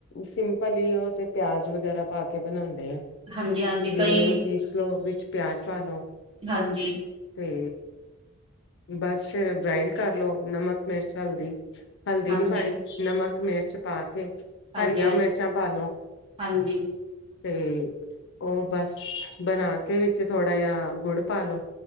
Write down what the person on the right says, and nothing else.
ਹਾਂਜੀ ਹਾਂਜੀ
ਕਈ
ਹਾਂਜੀ
ਹਾਂਜੀ
ਹਾਂਜੀ
ਹਾਂਜੀ
ਹਾਂਜੀ